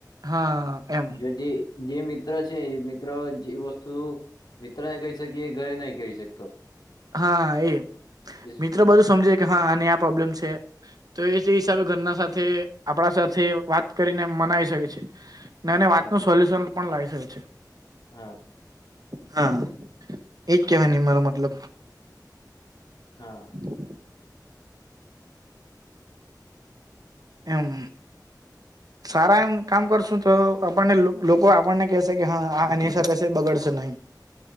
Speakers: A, on the right (about 60°); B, on the left (about 80°).
A: હા એમ
B: જો જે જે, મિત્ર છે એ મિત્ર જે વસ્તુ. મિત્રને કહે છે. કે એ ઘરે નહી કહી શકતો.
A: હા! એ
B: એ
A: મિત્રો બધું સમજે કે. હા આને આ પ્રોબ્લેમ છે. તો એ તે હિસાબે ઘરના સાથે આપડા સાથે વાત કરીને મનાવી શકે છે.
B: હા
A: વાત નો સોલ્યુશન પણ લાવી શકે છે.
B: હા!
A: હા! એજ કેવા નો મારો મતલબ.
B: હા
A: <inaudible> એમ સારા એમ કામ કરશું તો આપણને લોકો આપણને કેહેશે કે હ અની સાથે હશે બગડશે નહી